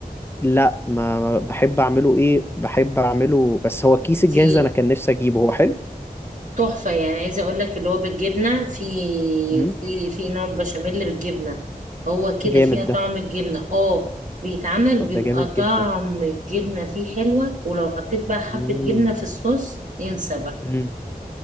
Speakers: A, on the left; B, on the right.
A: لا ما ما- بحب اعمله ايه بحب اعمله بس هو الكيس الجاهز
B: دي
A: انا كان نفسي اجيبه هو حلو
B: تحفة يعني عايزة اقول لك اللي هو بالجبنة في
A: مم.
B: في في نوع بشاميل بالجبنة هو كده
A: جامد
B: فيها طعم
A: ده
B: الجبنة اه بيتعمل
A: طب
B: بيبقى
A: ده جامد
B: طعم
A: جدا
B: الجبنة فيه حلوة ولو حطيت بقى حبة
A: مم.
B: جبنة في الصوص انسى بقى
A: مم.